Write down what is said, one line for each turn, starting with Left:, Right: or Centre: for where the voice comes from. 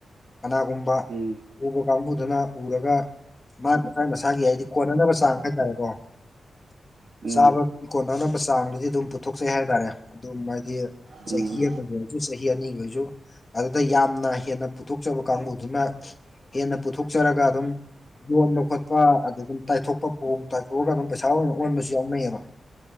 Left: ꯀꯅꯥꯒꯨꯝꯕ
Right: ꯎꯝ
Left: ꯎꯕ ꯀꯥꯡꯕꯨꯗꯨꯅ ꯎꯔꯒ ꯃꯥꯏ ꯃꯁꯥꯒꯤ ꯍꯥꯏꯗꯤ ꯀꯣꯟꯅꯅꯕ ꯆꯥꯡ ꯍꯥꯏ ꯇꯥꯔꯦꯀꯣ
Right: ꯎꯝ
Left: ꯆꯥꯕ ꯀꯣꯟꯅꯅꯕ ꯆꯥꯡꯗꯨꯗꯤ ꯑꯗꯨꯝ ꯄꯨꯊꯣꯛꯆꯩ ꯍꯥꯏꯇꯥꯔꯦ ꯑꯗꯨꯝ ꯍꯥꯏꯗꯤ
Right: ꯎꯝ
Left: ꯆꯍꯤ ꯑꯃꯒꯤ ꯗꯨ ꯆꯍꯤ ꯑꯅꯤꯒꯤ ꯑꯣꯏꯁꯨ ꯑꯗꯨꯗ ꯌꯥꯝꯅ ꯍꯦꯟꯅ ꯄꯨꯊꯣꯛꯆꯕ ꯀꯥꯡꯕꯨꯗꯨꯅ ꯍꯦꯟꯅ ꯄꯨꯊꯣꯛꯆꯔꯒ ꯑꯗꯨꯝ ꯌꯣꯟꯕ ꯈꯣꯠꯄ ꯑꯗꯨꯒꯨꯝ ꯇꯥꯏꯊꯣꯛꯄ ꯐꯧ ꯇꯥꯏꯊꯣꯛꯑꯀꯟꯗ ꯄꯩꯁꯥ ꯑꯣꯏꯅ ꯑꯣꯟꯕꯁꯨ ꯌꯥꯎꯅꯩꯌꯦꯕ